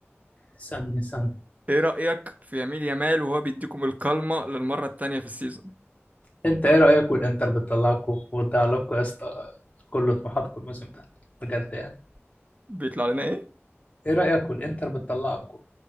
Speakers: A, on the left (about 30°); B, on the right (about 35°).
A: اسألني اسألني
B: ايه رأيك في يميل يمال وهو بيديكم الكلمة للمرة التانية في السيزون
A: انت ايه رأيك والانتر بتطلعكوا وتضيع لكم يا اسطى كل طموحاتكم الموسم ده بجد يعني
B: بيطلع لنا ايه
A: ايه رأيك والانتر بتطلعكوا